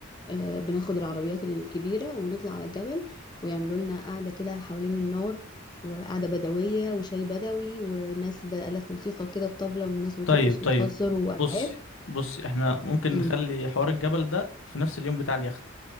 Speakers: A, on the left; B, on the left.
A: آه، بناخد العربيات الكبيرة ونطلع على الجبل ويعملوا لنا قعدة كده حوالين النار وقعدة بدوية وشاي بدوي وناس بآلات موسيقى كده الطبلة والناس بترقص
B: طيب
A: وتهزر
B: طيب
A: وألعاب
B: بصي بصي احنا ممكن
A: امم
B: نخلي حوار الجبل ده في نفس اليوم بتاع اليخت